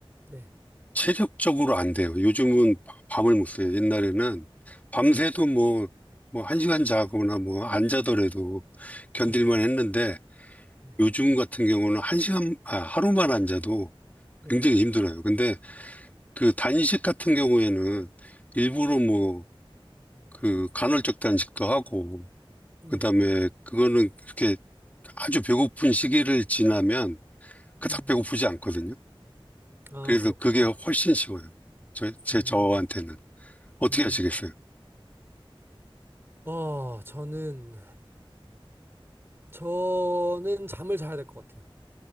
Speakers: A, on the right; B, on the left.
A: 네,
B: 체력적으로 안 돼요. 요즘은 밤을 못 새요. 옛날에는 밤새도
A: 네,
B: 뭐, 뭐 한 시간 자거나 뭐 안 자더라도 견딜만
A: 네,
B: 했는데
A: 네,
B: 요즘 같은 경우는 한 시간, 아, 하루만 안 자도
A: 네,
B: 굉장히 힘들어요. 근데 그 단식 같은 경우에는 일부러 뭐 그 간헐적 단식도 하고
A: 네.
B: 그다음에 그거는 이렇게 아주 배고픈 시기를 지나면 그닥
A: 음,
B: 배고프지 않거든요.
A: 아,
B: 그래서
A: 그렇구나.
B: 그게 훨씬 쉬워요. 저, 제
A: 음,
B: 저한테는. 어떻게
A: 음.
B: 하시겠어요?
A: 어, 저는, 저는 잠을 자야 될 것 같아요.